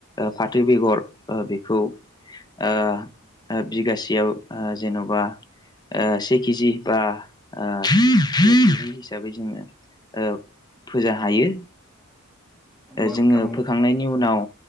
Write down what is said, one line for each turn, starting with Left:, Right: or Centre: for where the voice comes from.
Left: फाथो बेगर बेखौ ओ। बिगासेयाव जेन'बा से के जि बा। ओ हिसाबै जोङो फोजा हायो।
Centre: नंगौ
Left: जोङो
Centre: नंगौ नोंथां नंगौ
Left: फोखांनायनि उनाव